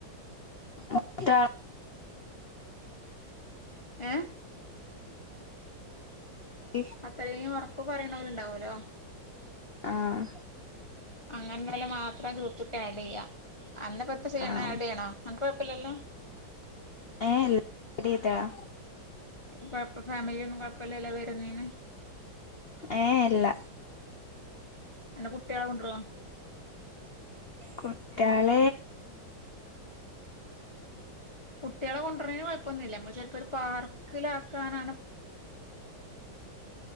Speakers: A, on the left (about 80°); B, on the left (about 25°).
A: ആട്ട
B: ഏഹ്
A: എഫ്
B: അത്രയും ഉറപ്പ് പറയിണോരുണ്ടാ വോലൊ
A: ആഹ്
B: അങ്ങനെല്ലോലെ മാത്ര ഗ്രൂപ്പ്ക്ക് ആഡിയ്യാ. അന്നെപ്പത്തെ ചെയ്യണ്
A: ആഹ്
B: ആഡിയ്യണോ അനക്ക് കൊഴപ്പല്ലല്ലോ
A: ഏഹ് ഇല്ല ആഡ് ചെയ്താള
B: കൊഴപ്പ ഫാമിലീലൊന്നും കൊഴപ്പല്ലല്ലോ വരുന്നീന്
A: ഏഹ് ഇല്ല
B: അന്റെ കുട്ട്യാളെ കൊണ്ടരോ
A: കുട്ട്യാൾ
B: കുട്ടികളെ കൊണ്ടുവരുന്നെന് കുഴപ്പൊന്നുമില്ല നമ്മൾ ചിലപ്പോ ഒരു പാർക്കിലാക്കാനാണ്